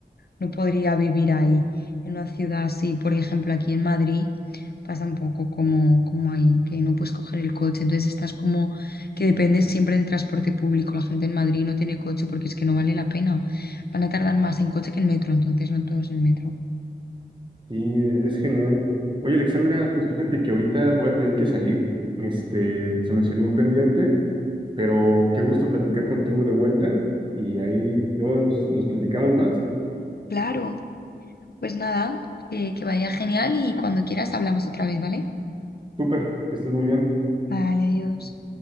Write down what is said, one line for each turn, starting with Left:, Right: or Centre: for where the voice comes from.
Left: no podría vivir ahí, en una ciudad así, por ejemplo, aquí en Madrid pasa un poco como, como ahí, que no puedes coger el coche, entonces estás como que dependes siempre del transporte público. La gente en Madrid no tiene coche porque es que no vale la pena. Van a tardar más en coche que en metro, entonces van todos en metro.
Right: sí, es es genial. Oye, Alexandra, pues fíjate que ahorita voy a tener que salir, este, se me salió un pendiente. Pero qué gusto platicar contigo de vuelta y ahí luego nos, nos platicamos más.
Left: Claro, pues nada, que, que vaya genial y cuando quieras hablamos otra vez, ¿vale?
Right: Súper, que estés muy bien.
Left: Vale, adiós.